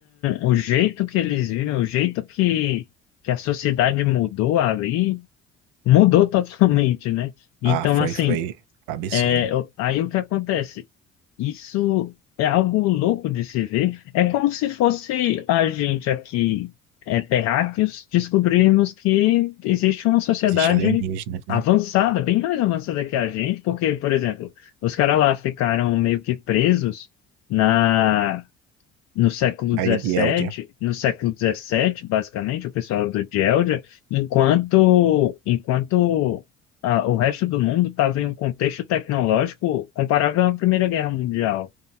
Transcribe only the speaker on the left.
o jeito que eles vivem, o jeito que, que a sociedade mudou ali, mudou <laughs> totalmente, né? Então,
assim.
É, eu- aí o que acontece? Isso é algo louco de se ver. É como se fosse a gente aqui, é, terráqueos, descobrirmos que existe uma sociedade
avançada, bem mais avançada que a gente, porque, por exemplo, os caras lá ficaram meio que presos na no século dezessete,
no século dezessete basicamente, o pessoal do Geldia, enquanto, enquanto ah, o resto do mundo estava em um contexto tecnológico comparável à Primeira Guerra Mundial.